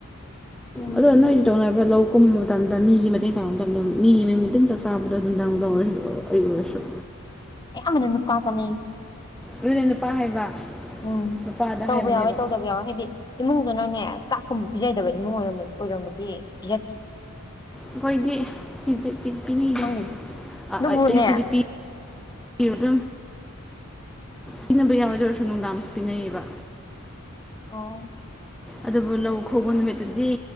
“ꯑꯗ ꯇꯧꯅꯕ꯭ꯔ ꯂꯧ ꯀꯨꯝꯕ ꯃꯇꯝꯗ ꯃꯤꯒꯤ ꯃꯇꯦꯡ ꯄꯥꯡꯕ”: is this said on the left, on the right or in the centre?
Centre